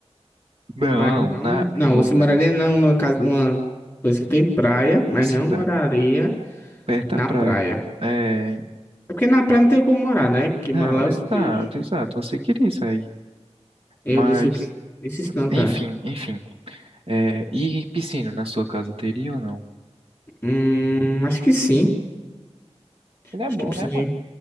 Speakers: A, on the right; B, on the left.
A: Não,
B: mas não,
A: na,
B: não,
A: oh
B: você
A: meu
B: moraria
A: Deus,
B: não numa casa, numa coisa que tem praia, mas
A: uma cidade
B: não moraria
A: perto
B: na
A: da praia.
B: praia.
A: É,
B: É porque na praia não tem como morar, né? Que
A: não,
B: mora lá é os
A: exato,
B: peixes.
A: exato. Você queria isso aí,
B: Eu
A: mas,
B: disse o quê? Disse isso não, cara.
A: enfim, enfim. É, e piscina na sua casa teria ou não?
B: Hum, acho que sim.
A: Piscina é
B: Acho
A: bom,
B: que piscina
A: né, mano?
B: é,